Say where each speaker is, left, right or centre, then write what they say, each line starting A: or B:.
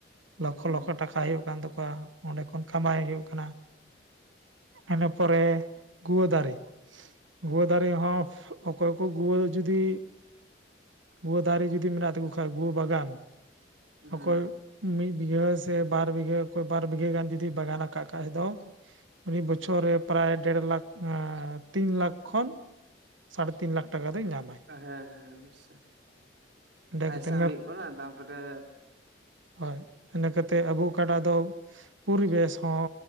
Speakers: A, on the right; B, on the right.
A: ᱞᱚᱠᱷᱚ
B: ᱦᱮᱸ
A: ᱞᱚᱠᱷᱚ ᱴᱟᱠᱟ ᱦᱩᱭᱩᱜ ᱠᱟᱱ ᱛᱟᱠᱚᱣᱟ ᱚᱸᱰᱮ ᱠᱷᱚᱱ ᱠᱟᱢᱟᱣ ᱦᱩᱭᱩᱜ ᱠᱟᱱᱟ᱾ ᱤᱱᱟᱹ ᱯᱚᱨᱮ ᱜᱩᱣᱟᱹ ᱫᱟᱨᱮ᱾ ᱜᱩᱣᱟᱹ ᱫᱟᱨᱮ ᱦᱚᱸ ᱚᱠᱚᱭ ᱠᱚ ᱜᱩᱣᱟᱹ ᱡᱩᱫᱤ ᱜᱩᱣᱟᱹ ᱫᱟᱨᱮ ᱡᱩᱫᱤ ᱢᱮᱱᱟᱜ ᱛᱟᱠᱚ ᱠᱷᱟᱱ ᱜᱩᱣᱟᱹ ᱵᱟᱜᱟᱱ
B: ᱦᱮᱸ
A: ᱚᱠᱚᱭ ᱢᱤᱫ ᱵᱤᱜᱷᱟᱹ ᱥᱮ ᱵᱟᱨ ᱵᱤᱜᱷᱟᱹ ᱚᱠᱚᱭ ᱵᱟᱨ ᱵᱤᱜᱷᱟᱹ ᱜᱟᱱ ᱡᱩᱫᱤ ᱵᱟᱜᱟᱱ ᱟᱠᱟᱫ ᱠᱟᱡ ᱫᱚ ᱤᱱᱤ ᱵᱚᱪᱷᱚᱨ ᱨᱮ ᱯᱨᱟᱭ ᱰᱮᱲ ᱞᱟᱠᱷ ᱟᱸ ᱛᱤᱱ ᱞᱟᱠᱷ ᱠᱷᱚᱱ ᱥᱟᱲᱮ ᱛᱤᱱ ᱞᱟᱠᱷ ᱴᱟᱠᱟ ᱫᱚᱭ ᱧᱟᱢᱟ ᱾
B: ᱦᱮᱸ ᱦᱮᱸ ᱚᱵᱚᱥᱥᱳᱭ
A: ᱮᱸᱰᱮ
B: ᱯᱟᱭᱥᱟ
A: ᱠᱟᱛᱮ
B: ᱦᱩᱭᱩᱜ ᱠᱟᱱᱟ ᱛᱟᱯᱚᱨᱮ
A: ᱦᱳᱭ ᱤᱱᱟᱹ ᱠᱟᱛᱮᱫ ᱟᱵᱚ ᱚᱠᱟᱰᱟ ᱫᱚ ᱯᱚᱨᱤᱵᱮᱥ ᱦᱚᱸ